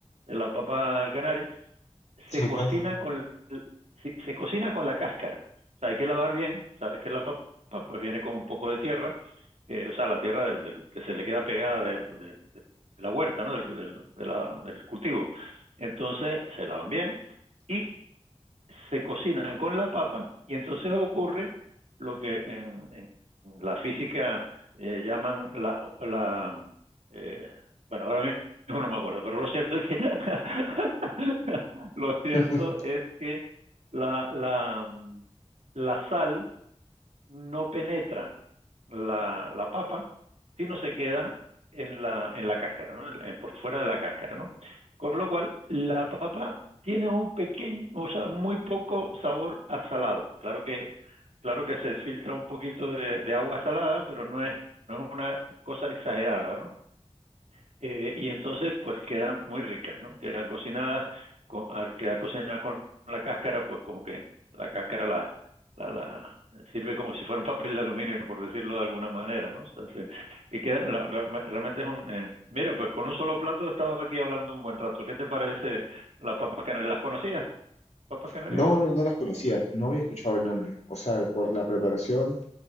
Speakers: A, on the right; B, on the left.
A: de la papa canaria. Se
B: Sí,
A: cocina
B: cuéntame.
A: con, se, se cocina con la cáscara. O sea, hay que lavar bien, sabes que la papa pues viene con un poco de tierra, eh, o sea, la tierra del, del, que se le queda pegada del, del, de la huerta, ¿no? Del, del, De la, del cultivo. Entonces se lavan bien y se cocinan con la papa y entonces ocurre lo que en, en la física eh, llaman la... la eh, bueno, ahora mismo no me acuerdo, pero lo cierto es que... <laughs> lo cierto
B: <laughs>
A: es que la, la, la sal no penetra la, la papa, sino se queda en la, en la cáscara, ¿no? En la- por fuera de la cáscara, ¿no? Con lo cual, la papa tiene un pequeño, o sea, muy poco sabor a salado. Claro que, claro que se filtra un poquito de, de agua salada, pero no es, no es una cosa exagerada, ¿no? eh, y entonces pues quedan muy ricas, ¿no? Quedan cocinadas, con, al quedar cocinadas con la cáscara, pues como que la cáscara la, la, la sirve como si fuera un papel de aluminio, por decirlo de alguna manera, ¿no? O sea, se- y queda, la- la- realmente es un... eh, mira, pues con un solo plato he estado aquí hablando un buen rato. ¿Qué te parece las papas canarias? ¿Las conocías, papas canarias?
B: No, no, no las conocía, no había escuchado el nombre. O sea, por la preparación,